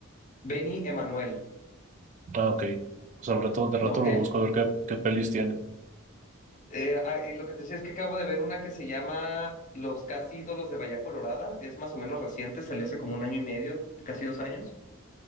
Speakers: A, on the left; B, on the right.
A: Benny Emanuel,
B: Ah, ok. O sea, al rato, de rato
A: ¿no?
B: lo
A: Él,
B: busco a ver qué, qué pelis tiene.
A: eh, ah, y lo que te decía es que acabo de ver una que se llama Los Casi Ídolos de Bahía Colorada, es más o menos reciente, salió hace como un año y medio, casi dos años.